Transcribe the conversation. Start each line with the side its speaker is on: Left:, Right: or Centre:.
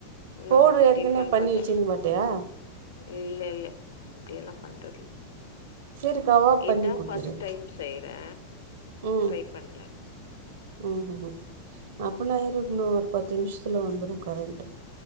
Left: இன்னு
Right: போடு ஏற்கனே
Left: டிஃபன்
Right: பண்ணி
Left: பண்ல
Right: வச்சுருங்கமாட்டையா
Left: இல்ல இல்ல இப்டிய எல்லா பண்றதுல
Right: சரி கவாப்
Left: இதா
Right: பண்ணி கொடுத்துரு
Left: பஸ்ட் டைம் செய்யறே
Right: ம்
Left: ட்ரை பண்றே
Right: ம் ம் அப்பனா ஏறிகுமே இன்னு ஒரு பத்து நிமிஷத்தில வந்துடு கரண்ட்டு